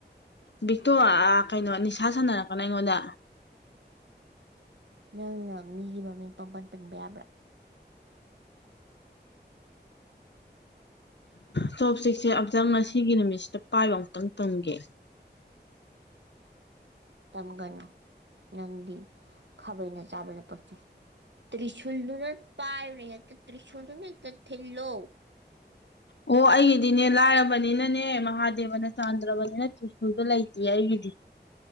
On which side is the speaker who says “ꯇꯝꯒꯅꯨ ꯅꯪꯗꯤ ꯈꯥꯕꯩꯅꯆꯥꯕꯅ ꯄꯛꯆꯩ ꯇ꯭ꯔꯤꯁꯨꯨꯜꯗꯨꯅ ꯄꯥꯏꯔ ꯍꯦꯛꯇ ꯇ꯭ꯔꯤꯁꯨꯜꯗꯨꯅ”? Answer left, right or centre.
Right